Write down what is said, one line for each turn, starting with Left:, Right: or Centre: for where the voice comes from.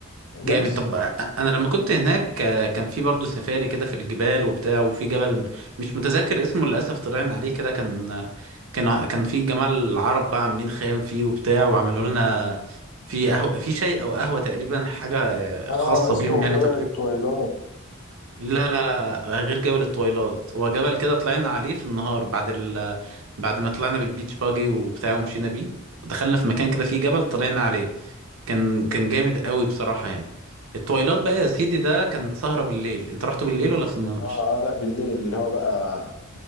Left: بس
Right: جامد طب انا لما كنت هناك آه، كان في برضه سفاري كده في الجبال وبتاع وفي جبل مش متذكر اسمه للاسف طلعنا عليه كده كان آه، كان ع- كان في جماعه العرب بقى عاملين خيام فيه وبتاع وعملوا لنا في قهوه في شاي او قهوه تقريبا حاجه آه،
Left: اه
Right: خاصه
Left: اسمه
Right: بيهم يعني
Left: جبل
Right: تقليد
Left: التويلات
Right: لا لا لا غير جبل الطويلات هو جبل كده طلعنا عليه في النهار بعد ال بعد ما طلعنا بالبيتش باجي وبتاع ومشينا بيه دخلنا في مكان كده فيه جبل طلعنا عليه كان كان جامد قوي بصراحة يعني التويلات بقى يا سيدي ده كانت سهرة بالليل انت رحت بالليل ولا في النهار
Left: اه اه لا بالليل اللي هو بقى